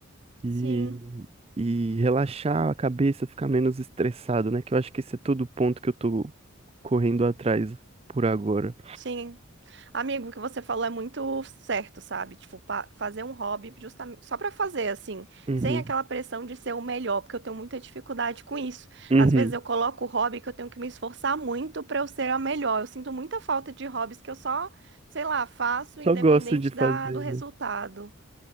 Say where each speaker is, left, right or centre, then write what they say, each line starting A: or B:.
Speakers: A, on the right; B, on the right.
A: e,
B: sim,
A: e relaxar a cabeça, ficar menos estressado, né? Que eu acho que esse é todo o ponto que eu tô correndo atrás por agora.
B: sim. Amigo, o que você falou é muito certo, sabe? Tipo, pa- fazer um hobby justamente só pra fazer assim,
A: Uhum.
B: sem aquela pressão de ser o melhor, porque eu tenho muita dificuldade com isso.
A: Uhum.
B: Às vezes eu coloco o hobby que eu tenho que me esforçar muito pra eu ser a melhor. Eu sinto muita falta de hobbies que eu só, sei lá, faço independente
A: Só gosto de fazer,
B: da, do resultado.
A: né?